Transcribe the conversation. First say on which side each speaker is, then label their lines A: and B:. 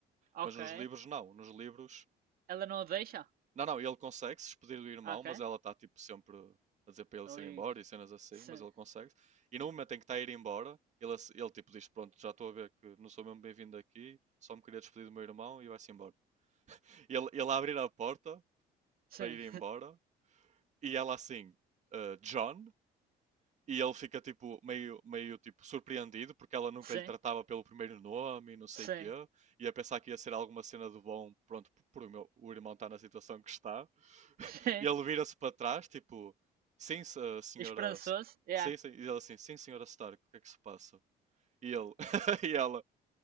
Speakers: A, on the right; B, on the right.
A: Ok.
B: Mas nos livros não, nos livros
A: Ela não a deixa?
B: Não, não, ele consegue se despedir do irmão,
A: Ah, Ok.
B: mas ela está tipo sempre a dizer para ele
A: Ali.
B: se ir embora e cenas assim,
A: Sim,
B: mas ele consegue. E no momento em que está a ir embora, ele, ass- ele tipo diz: Pronto, já estou a ver que não sou mesmo bem-vindo aqui, só me queria despedir do meu irmão e vai-se embora. Ele, ele abrir a porta
A: sim,
B: para ir embora
A: <laughs>
B: e ela assim, "Ah, John. E ele fica tipo meio, meio tipo surpreendido porque ela nunca
A: sim,
B: lhe tratava pelo primeiro nome e não sei
A: sim,
B: o quê. e a pensar que ia ser alguma cena de bom, pronto, por, por o meu- o irmão estar na situação que está.
A: sim.
B: E ele vira-se para trás, tipo, sim, se- a senhora.
A: Esperançoso? Yeah.
B: Sim, sim. E ela assim, sim, senhora Stark, o que é que se passa? E ele, <laughs> e ela,